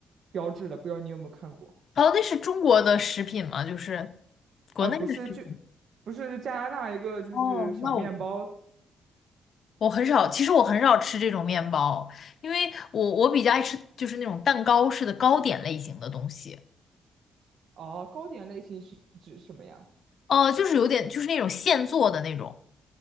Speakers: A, on the right; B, on the left.
A: 标志的，不知道你有没有看过？
B: 哦，那是中国的食品吗？就是国内的食品。
A: 啊，不是，就不是是加拿大一个就是小面包
B: 哦，那我不。我很少，其实我很少吃这种面包，因为我我比较爱吃就是那种蛋糕式的糕点类型的东西，
A: 哦，糕点类型是指什么呀？
B: 呃，就是有点就是那种现做的那种